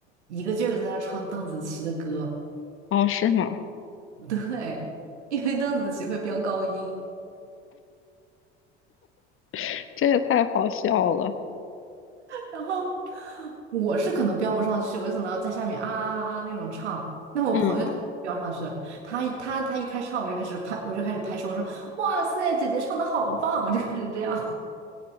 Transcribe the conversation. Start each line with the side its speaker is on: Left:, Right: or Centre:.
Right: 一个劲儿的在那唱邓紫棋的歌。
Left: 哦是吗？
Right: <laughs> 对，因为邓紫棋会飙高音，
Left: <laughs> 这也太好笑了。
Right: 然后我是可能飙不上去，我就只能在下面啊啊啊啊那种唱。那我朋友他飙上去了，
Left: 嗯，
Right: 他一他他一开唱我就开始拍，我就开始拍手，我说哇塞，姐姐唱的好棒，我就开始这样。